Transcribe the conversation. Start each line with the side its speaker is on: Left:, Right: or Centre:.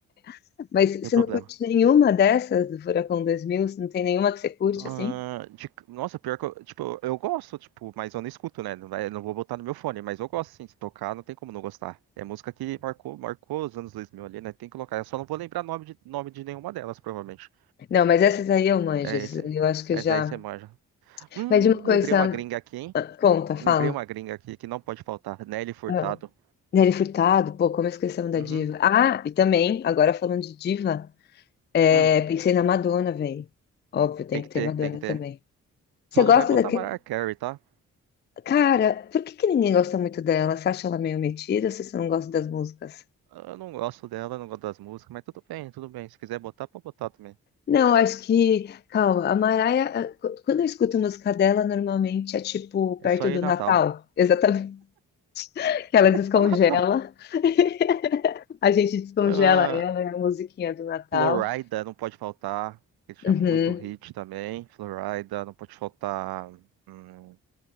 Left: <laughs> mas você
Right: sem problema.
Left: não curte nenhuma dessas do Furacão 2000? Você não tem nenhuma que você curte
Right: Ah,
Left: assim?
Right: de- nossa, pior que eu, tipo, eu gosto, tipo, mas eu não escuto, né? Não, vai- não vou botar no meu fone, mas eu gosto sim, se tocar, não tem como não gostar. É música que marcou, marcou os anos 2000 ali, né? Tem que colocar. Eu só não vou lembrar nome de, nome de nenhuma delas, provavelmente.
Left: Não, mas essas aí eu manjo.
Right: É
Left: essas
Right: esse.
Left: aí Eu acho que
Right: Essa
Left: eu já.
Right: daí você manja. Hum,
Left: Mas de uma coisa.
Right: lembrei uma gringa aqui, hein?
Left: ah, Conta, fala.
Right: Lembrei uma gringa aqui que não pode faltar. Nelly Furtado.
Left: Ah, Nelly Furtado, pô, como esquecemos da
Right: Uhum.
Left: diva. Ah, e também, agora falando de diva, é,
Right: Hum.
Left: pensei na Madonna, velho. Óbvio, tem
Right: Tem
Left: que
Right: que
Left: ter
Right: ter,
Left: Madonna
Right: tem que ter.
Left: também. Você
Right: Só
Left: gosta
Right: não vai botar
Left: daquele.
Right: Mariah Carey, tá?
Left: Cara, por que que ninguém gosta muito dela? Você acha ela meio metida ou você não gosta das músicas?
Right: Eu não gosto dela, eu não gosto das músicas, mas tudo bem, tudo bem. Se quiser botar, pode botar também.
Left: Não, acho que. Calma, a Mariah, ah, qu- quando eu escuto música dela, normalmente é tipo perto
Right: É só
Left: do
Right: ir Natal.
Left: Natal.
Right: <laughs>
Left: Exatamente. <laughs> Ela descongela.
Right: Só Natal.
Left: <laughs> A gente descongela
Right: Ah,
Left: ela, é a musiquinha do Natal.
Right: Florida não pode faltar. Ele tinha
Left: Uhum.
Right: muito hit também. Florida não pode faltar. Hum,